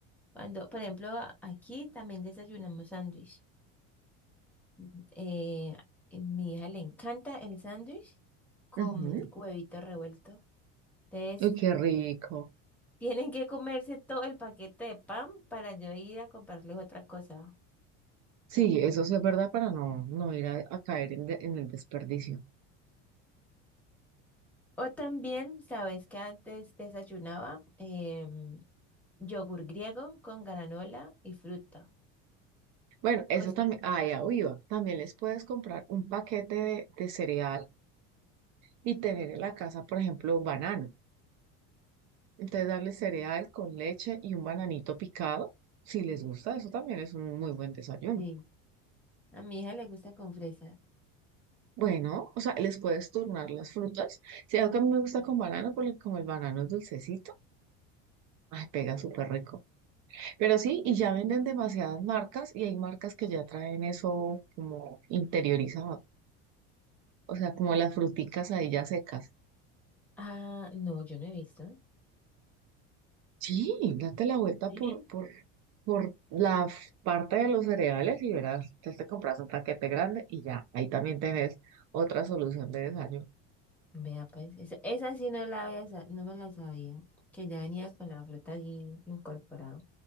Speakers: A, in the centre; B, on the right.
A: Cuando, por ejemplo, a- aquí también desayunamos sándwich. Mm, Eh, a mi hija le encanta el sándwich con
B: Ujú.
A: huevito revuelto. Entonces,
B: Uy, qué
A: <laughs>
B: rico.
A: tienen que comerse todo el paquete de pan para yo ir a comprarles otra cosa.
B: Sí, eso sí es verdad para no, no ir a, a caer en, de- en el desperdicio.
A: O también, ¿sabes que antes desayunaba? Em, yogur griego con granola y fruta.
B: Bueno, eso
A: Oh, sí.
B: también, ah, ya iba. También les puedes comprar un paquete de, de cereal y tener en la casa, por ejemplo, banano Entonces darle cereal con leche y un bananito picado, si les gusta, eso también es un muy buen desayuno.
A: Sí. A mi hija le gusta con fresa.
B: Bueno, o sea, les puedes turnar las frutas. Si algo que a mí me gusta con banano, porque como el banano es dulcecito, ay, pega súper rico. Pero sí, y ya venden demasiadas marcas y hay marcas que ya traen eso como interiorizado, o sea, como las fruticas ahí ya secas.
A: Ah, no, yo no he visto.
B: Sí, date la vuelta
A: Sí.
B: por, por, por la f- parte de los cereales y verás, te, te compras un paquete grande y ya, ahí también tenés otra solución de desayuno.
A: Vea, pues, esa, esa sí no la había, sa- no me la sabía, que ya venía con la fruta allí incorporada.